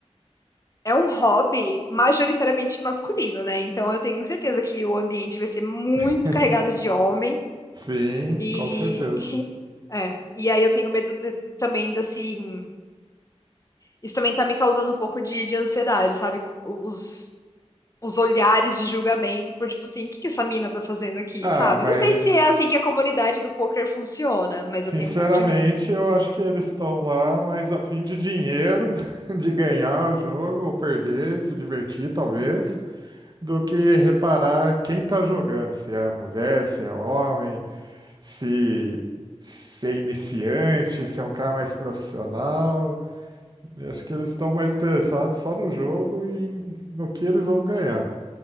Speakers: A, on the left; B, on the right.
A: é um hobby majoritariamente masculino, né? Então eu tenho certeza que o ambiente vai ser muito
B: <laughs>
A: carregado de homem
B: Sim,
A: e
B: com certeza.
A: <laughs> é, e aí eu tenho medo de- também de, assim, isso também tá me causando um pouco de, de ansiedade, sabe? Os Os olhares de julgamento por tipo assim, o que que essa mina tá fazendo aqui,
B: Ah,
A: sabe?
B: mas.
A: Eu não sei se é assim que a comunidade do poker funciona, mas
B: Sinceramente,
A: eu tenho um pouco de medo.
B: eu acho que eles estão lá mais a fim de dinheiro, <laughs> de ganhar o jogo ou perder, se divertir talvez, do que reparar quem tá jogando, se é mulher, se é homem, se, se é iniciante, se é um cara mais profissional. Eu acho que eles estão mais interessados só no jogo e em- no que eles vão ganhar.